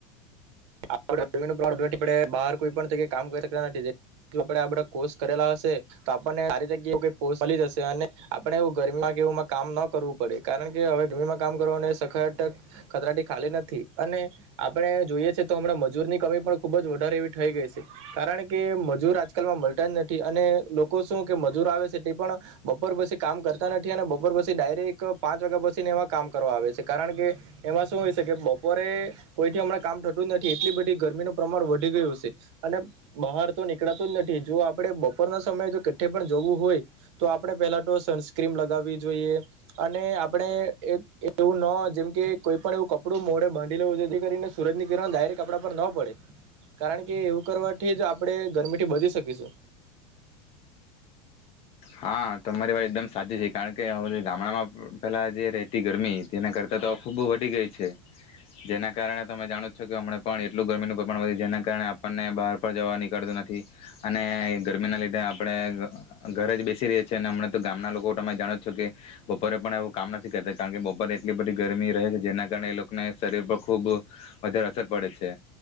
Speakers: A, on the right (about 55°); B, on the left (about 35°).
A: <unintelligible> બાર કોઈ પણ જગ્યે કામ કર શકતા ને <unintelligible> આ બધા કોર્ષ કરેલા હશે તો આપણને <unintelligible> ચાલી જશે અને આપણે એવ ગરમીમાં કે કામ ન કરવું પડે કારણ કે હવે ગમીમાં કામ કરવાને સખત ખતરાટી ખાલી નથી અને આપણે જોઈએ છે તો હમણાં મજૂરની કમી પણ ખૂબ જ વધારે એવી થઈ ગઈ છે. કારણ કે મજૂર આજકાલમાં મળતા જ નથી અને લોકો શું કે મજૂર આવે છે તે પણ બપોર પછી કામ કરતા નથી અને બપોર પછી ડાયરેક પાંચ વાગ્યા પછીને એમાં કામ કરવા આવે છે કારણ કે એમાં શું હોય છે કે બપોરે કોઈથી હમણાં કામ થ તું નથી એટલી બધી ગરમીનું પ્રમાણ વધી ગયું છે. અને બહાર તો નીકળાતું જ નથી જો આપે બપોરના સમયે જો કેઠે પણ જવું હોય તો આપણે પેલા તો સનસ્ક્રીમ લગાવવી જોઈએ અને આપણે એક એવું ન જેમકે કોઈ પણ એવું કપડું મોડે બાંધી લેવું જેથી કરીને સૂરજની કિરણ ડાયરેક્ટ આપડા પર ના પડે. કારણ કે એવું કરવાથી જ આપણે ગરમીથી બચી શકીશું.
B: હા તમારી વાય એકદમ સાચી છે કારણ કે હ ગામડામાં પેલા જે રહેતી ગરમી તેના કરતાં તો ખૂબ વધી ગઈ છે, જેના કારણે તમે જાણો છો કે હમણાં પણ એટલું ગરમીનું પ્રમાણ વધે જેના કારણે આપણને બહાર જવા નીકળતું નથી અને ગરમીના લીધે આપણે ઘરે જ બે હમણા તો ગામના લોકો તમે જાણો છો કે બપોરે પણ એવું કામ નથી કરતા કારણ કે બ પોરે એટલી બધી ગરમી રહે છે જેના કારણે એ લોકોને શરીર પર ખૂબ વધારે અસર પડે છે,